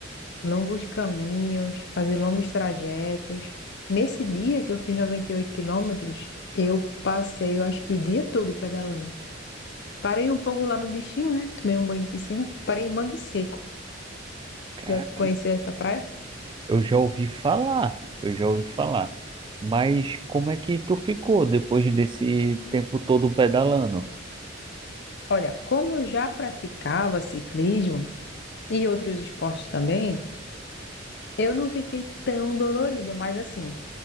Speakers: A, on the left (about 60°); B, on the right (about 25°).
A: longos caminhos, fazer longos trajetos. Nesse dia que eu fiz 98 quilômetros, eu passei, eu acho que o dia todo pedalando. Parei um pouco lá no destino, né? Tomei um banho de piscina. Parei em Mangue Seco.
B: cara,
A: Já conheci essa praia?
B: eu já ouvi falar, eu já ouvi falar. Mas como é que tu ficou depois desse tempo todo pedalando?
A: Olha, como eu já praticava ciclismo e outros esportes também, eu não fiquei tão dolorida, mas assim,